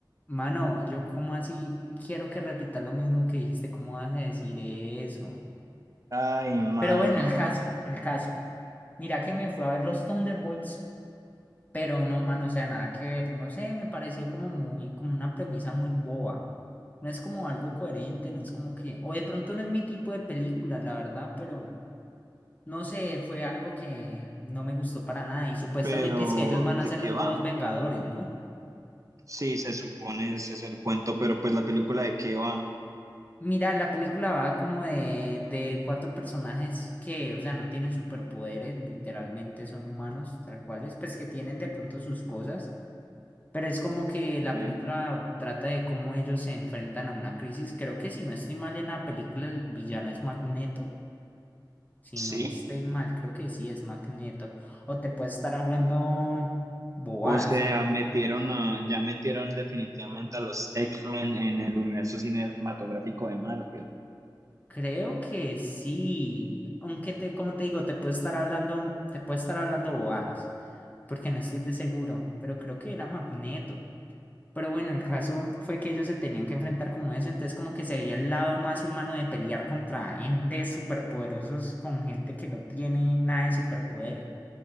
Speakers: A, on the left; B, on the right.
A: Mano, yo cómo así quiero que repitas lo mismo que dijiste, ¿cómo vas a decir eso?
B: Ay, mano,
A: Pero bueno, el caso, el caso. Mira que me fui a ver los Thunderbolts. Pero no, mano, o sea, nada que ver, no sé, me pareció como muy, como una premisa muy boba. No es como algo coherente, no es como que, o de pronto no es mi tipo de película, la verdad, pero no sé, fue algo que no me gustó para nada. Y supuestamente
B: Pero,
A: es que ellos van
B: ¿de
A: a ser
B: qué
A: los nuevos
B: va?
A: Vengadores, ¿no?
B: Sí, se supone ese es el cuento, pero pues la película de qué va,
A: Mira, la película va como de, de cuatro personajes que, o sea, no tienen superpoderes, literalmente son humanos, tal cuales, pues que tienen de pronto sus cosas Pero es como que
B: ¿ok?
A: la película trata de cómo ellos se enfrentan a una crisis. Creo que si no estoy mal en la película, el villano es Magneto. Si no
B: Sí.
A: estoy mal, creo que sí es Magneto. O te puede estar hablando bobadas.
B: O sea, metieron a, ya metieron definitivamente a los X-Men en el universo cinematográfico de Marvel.
A: Creo que sí. Aunque te, como te digo, te puede estar hablando, te puede estar hablando bobadas. Porque no estoy de seguro. Pero creo que era Magneto. Pero bueno, el caso fue que ellos se tenían que enfrentar como eso, entonces como que se veía el lado más humano de pelear contra entes superpoderosos con gente que no tiene nada de superpoderes.